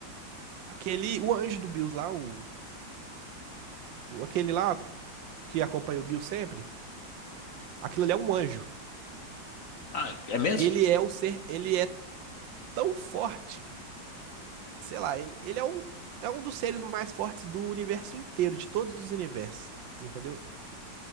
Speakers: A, on the right; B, on the left.
A: Aquele, o anjo do Bills lá, o, o- aquele lá que acompanha o Bills sempre. Aquilo ali é um anjo.
B: Ah, é mesmo?
A: Ele é o ser, ele é tão forte. Sei lá, ele, ele é um, é um dos seres mais fortes do universo inteiro, de todos os universos, entendeu?